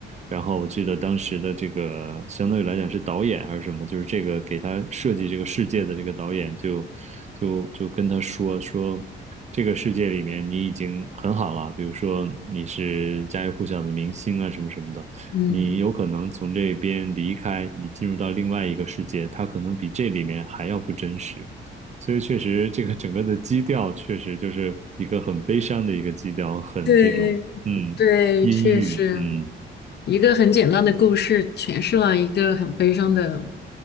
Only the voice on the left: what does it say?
嗯，
对对，确实。
一个很简单的故事诠释了一个很悲伤的